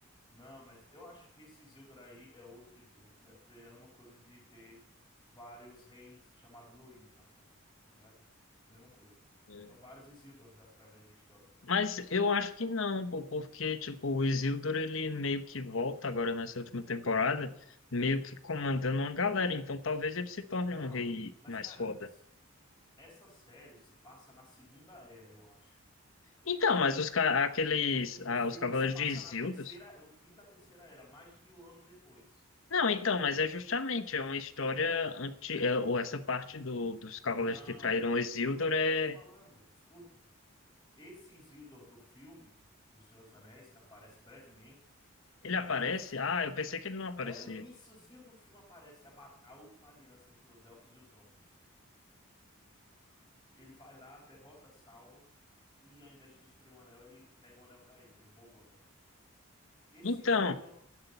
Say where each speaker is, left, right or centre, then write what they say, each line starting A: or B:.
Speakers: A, on the left; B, on the left.
A: Não, mas eu acho que esse Isildur aí é outro Isildur. Deve ter a mesma coisa de ter vários reis chamados Luís na França, tá ligado? É a mesma coisa.
B: É,
A: São vários Isildurs através da história.
B: Mas eu acho que não, pô, porque, tipo, o Isildur, ele meio que volta agora nessa última temporada, meio que comandando uma galera, então talvez ele se torne
A: Não,
B: um rei
A: mas
B: mais
A: cara,
B: foda.
A: s- essa série se passa na Segunda Era, eu acho.
B: Então, mas os, ca- aqueles,
A: O
B: ah,
A: filme
B: os Cavaleiros
A: se passa
B: de Isildur...
A: na terceira, no fim da Terceira Era, mais de mil anos depois.
B: Não, então, mas é justamente, é uma história anti... é, ou essa parte do, dos Cavaleiros
A: Não,
B: que traíram
A: cara,
B: o Isildur,
A: escuta o que
B: é...
A: eu tô te falando. Escuta. Esse Isildur do filme do Senhor dos Anéis, que aparece brevemente,
B: ele aparece?
A: é no, fi-
B: Ah, eu pensei que ele não aparecia.
A: é no iniciozinho do filme aparece a, ba- a última aliança entre os elfos e os homens. Ele vai lá, derrota Sauron e ao invés de destruir o anel, ele pega o anel pra ele, ele rouba o anel. Esse
B: Então,
A: Isildur,